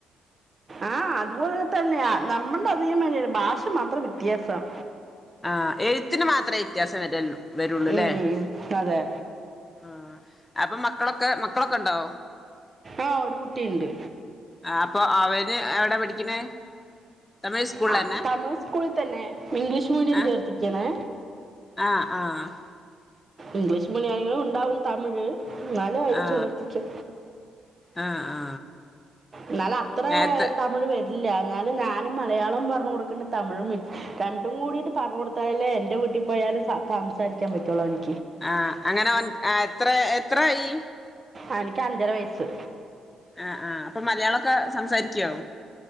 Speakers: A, on the right; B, on the left.
A: ആഹ് അതുപോല തന്നെയാ നമ്മൾടെ അതേമാതിയാണ് ഭാഷ മാത്രം വ്യത്യാസം
B: ആ എഴുത്തിന് മാത്രമേ വ്യത്യാസം വരുള്ളു വരുള്ളൂല്ലേ
A: ഉം, അതെ
B: ആ അപ്പൊ മക്കളൊക്കെ മ ക്കളൊക്കുണ്ടോ
A: ആ ഒരു കുട്ടീണ്ട്
B: ആ അപ്പൊ അവന് എവിടാ പഠിക്കണേ തമിഴ് സ്കൂളിൽ
A: ആ
B: തന്നെ
A: തമിഴ്‌ സ്കൂളിൽ തന്നെ ഇംഗ്ലീഷ് മീഡിയം
B: ആ
A: ചേർത്തിക്കേണ്
B: ആ ആ
A: ഇംഗ്ലീഷ് മീഡിയണെങ്കിലും ഉണ്ടാവും തമിഴ് ന്നാലും ആയില്
B: ആ
A: ചേർത്തിക്കൊ
B: ആ ആ
A: എന്നാലും അത്ര
B: നേരത്തെ
A: തമിഴ് വരി ല്ല എന്നാലും ഞാനും മലയാളം പറഞ്ഞു കൊടുക്കുന്നുണ്ട് തമിഴും മി രണ്ടും കൂടിയിട്ട് പറഞ്ഞു കൊടുത്താലേ എൻ്റെ വീട്ടിൽ പോയാലും സംസാരിക്കാൻ പറ്റുള്ളൂ അവനി
B: ആ അങ്ങനെ ഓന് ആ എത്ര എത്രായി
A: അവനിക്ക് അഞ്ചര വയസ്സ്
B: ആ ആ അപ്പൊ മലയാളൊക്ക സംസാരിക്കൊ